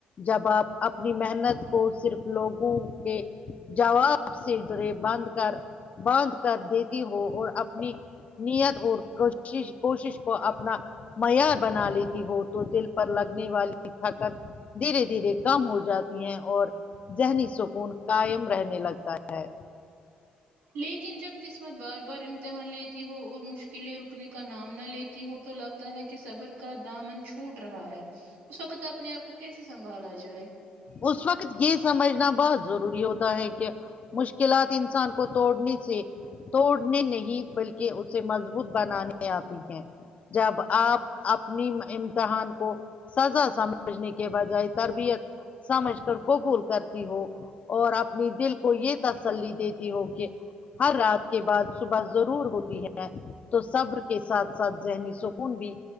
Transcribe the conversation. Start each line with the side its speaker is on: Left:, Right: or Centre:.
Left: جب آپ اپنی محنت کو صرف لوگوں کے جواب سے جڑے بند کر باندھ کر دیتی ہو اور اپنی نیت اور کوشش کوشش کو اپنا معی بنا لیتی ہو تو دل پر لگنے والی تھکت دھیرے دھیرے کم ہو جاتی ہیں اور ذہنی سکون قائم رہنے لگتا ہے
Right: لیکن جب قسمت بار بار امتحان لیتی ہو اور مشکلیں رکنے کا نام نہ لیتی ہو تو لگتا ہے کہ صبر کا دامن چھوٹ رہا ہے اس وقت اپنے آپ کو کیسے سنبھالا جائے
Left: اس وقت یہ سمجھنا بہت ضروری ہوتا ہے کہ مشکلات انسان کو توڑنے سے توڑنے نہیں بلکہ اسے مضبوط بنانے آتی ہیں جب آپ اپنی امتحان کو سزا سمجھنے کی کے بجائے تربیت سمجھ کر قبول کرتی ہو اور اپنی دل کو یہ تسلی دیتی ہو کہ ہر رات کے بعد صبح ضرور ہوتی ہے تو صبر کے ساتھ ساتھ ذہنی سکون بھی